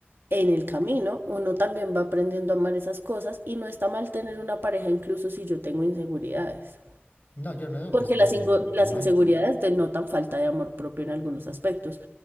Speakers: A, on the right (about 60°); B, on the left (about 45°).
A: en el camino uno también va aprendiendo a amar esas cosas y no está mal tener una pareja incluso si yo tengo inseguridades.
B: No, yo no digo
A: Porque
B: que esté
A: las, ingo-
B: mal.
A: las inseguridades denotan falta de amor propio en algunos aspectos,